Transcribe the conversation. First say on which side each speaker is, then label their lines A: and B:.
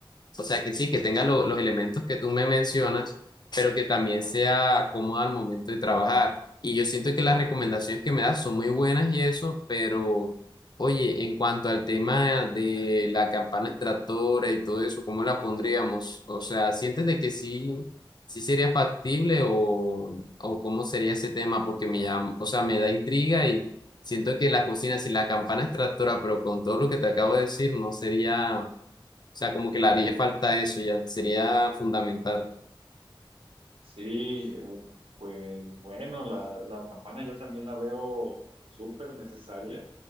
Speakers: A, on the left; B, on the right.
A: o sea, que sí, que tenga lo- los elementos que tú me mencionas, pero que también
B: ajá,
A: sea cómoda al momento de trabajar. Y yo siento que las
B: ok,
A: recomendaciones que me das son muy buenas y eso, pero oye, en cuanto al tema de la campana extractora y todo eso, ¿cómo la pondríamos? O sea, ¿sientes de que sí, sí sería factible o, o cómo sería ese tema? Porque me llama, o sea, me da intriga y siento que la cocina sin la campana extractora, pero con todo lo que te acabo de decir, no sería
B: ok.
A: o sea, como que le haría falta eso ya, sería fundamental.
B: Sí, eh, pues bueno, la, la campana yo también la veo súper necesaria